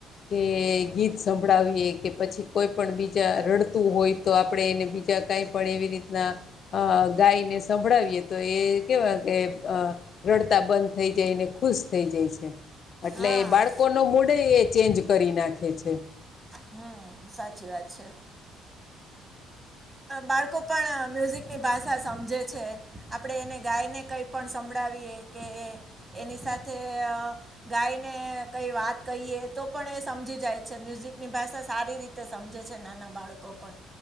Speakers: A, on the left; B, on the right.
A: કે ગીત સંભળાવીએ કે પછી કોઈ પણ બીજા રડતું હોય. તો આપણે એને બીજા કઈ પણ એવી રીતના. અ ગાયને સંભળાવીએ તો એ કેવાય કે રડતા બંધ થઇ જાયને ખુશ થઈ જાય છે. એટલે
B: હા
A: એ બાળકો ન મૂડ એ ચેન્જ કરી નાખે છે.
B: હમ સાચી વાત છે. બાળકો પણ મ્યુઝિકની ભાષા સમજે છે આપણે એને ગાઈને કંઈ પણ સંભળાવીએ કે એની સાથે ગાયને કઈ વાત કહીએ તો પણ એ સમજી જાય છે મ્યુઝિકની ભાષા સારી રીતે તે સમજે છે નાના બાળકો પણ.